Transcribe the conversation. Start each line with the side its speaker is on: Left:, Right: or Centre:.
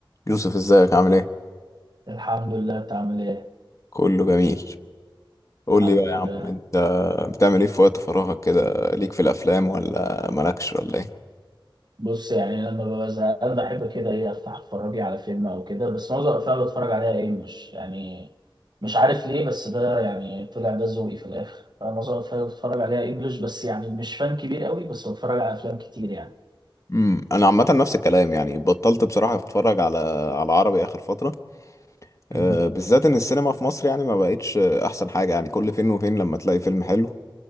Left: يوسف ازيك عامل ايه؟
Right: الحمد لله انت عامل ايه
Left: كله جميل قول
Right: الحمد
Left: لي بقى يا
Right: لله
Left: عم انت بتعمل ايه في وقت فراغك كده ليك في الافلام ولا مالكش ولا ايه؟
Right: بص يعني انا لما ببقى زهقان بحب كده ايه افتح اتفرج لي على فيلم او كده بس معظم الافلام اللي بتفرج عليها انجلش يعني مش عارف ليه بس ده يعني طلع ده ذوقي في الاخر انا معظم الافلام اللي بتفرج عليها انجلش بس يعني مش فان كبير قوي بس بتفرج على افلام كتير يعني
Left: امم انا عامه نفس الكلام يعني بطلت بصراحه اتفرج على على عربي اخر فتره أه
Right: مهم.
Left: بالذات ان السينما في مصر يعني ما بقتش احسن حاجه يعني كل فين وفين لما تلاقي فيلم حلو